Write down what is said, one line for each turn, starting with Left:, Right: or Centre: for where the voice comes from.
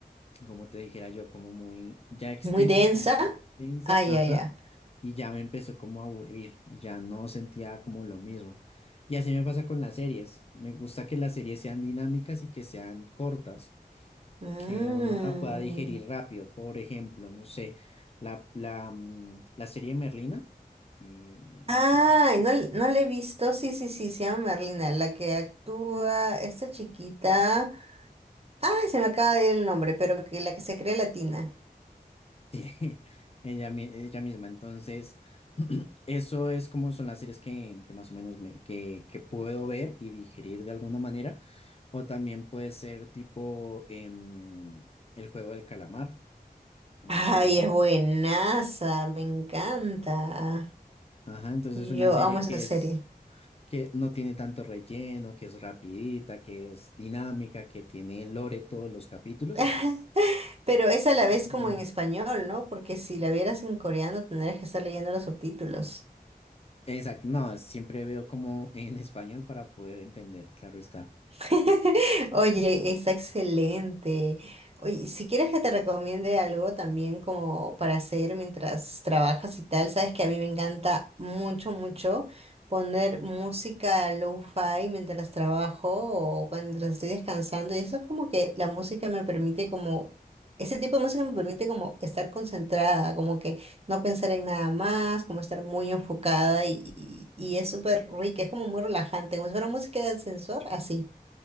Left: como te dijera yo, como muy ya extensa,
Right: Muy densa.
Left: como extensa,
Right: Ah, ya,
Left: ajá,
Right: ya.
Left: y ya me empezó como a aburrir y ya no sentía como lo mismo. Y así me pasa con las series. Me gusta que las series sean dinámicas y que sean cortas
Right: Mm.
Left: que uno la pueda digerir rápido. Por ejemplo, no sé, la, la, mm, la serie Merlina, eh, no
Right: Ay,
Left: sé cómo,
Right: no, no la he visto. Sí, sí, sí, se llama Merlina, la que actúa esta chiquita. Ah, se me acaba de ir el nombre, pero que la que se cree latina.
Left: <laughs> sí, ella, mi- ella misma. Entonces, <clears throat> eso es como son las series que, que más o menos me, que, que puedo ver y digerir de alguna manera. O también puede ser tipo em, El juego del calamar, una
Right: Ay,
Left: serie así.
Right: es buenaza, me encanta.
Left: Ajá, entonces
Right: Yo
Left: es una serie
Right: amo
Left: que
Right: esa serie.
Left: es... que no tiene tanto relleno, que es rapidita, que es dinámica, que tiene lore todos los capítulos,
Right: <laughs>
Left: entonces,
Right: Pero es a la vez
Left: es bueno.
Right: como en español, ¿no? Porque si la vieras en coreano tendrías que estar leyendo los subtítulos.
Left: Exacto, no, siempre veo como en español para poder entender, claro está.
Right: <laughs> Oye, está excelente. Oye, si quieres que te recomiende algo también como para hacer mientras trabajas y tal, sabes que a mí me encanta mucho, mucho poner música lo-fi mientras trabajo o mientras estoy descansando. Y eso es como que la música me permite como, ese tipo de música me permite como estar concentrada, como que no pensar en nada más, como estar muy enfocada y, y, y es súper rica, es como muy relajante, como si fuera música de ascensor, así.